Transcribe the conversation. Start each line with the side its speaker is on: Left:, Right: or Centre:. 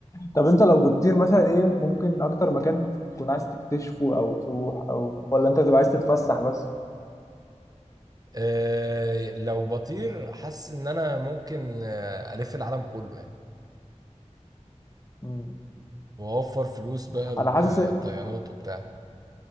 Left: طب انت لو بتطير مثلا ايه ممكن اكتر مكان تكون عايز تكتشفه او تروح او ولا انت تبقى عايز تتفسح بس
Right: آه لو بطير حاسس ان انا ممكن آه، الف العالم كله يعني
Left: مم.
Right: واوفر فلوس بقى الطيارات
Left: انا حاسس
Right: وبتاع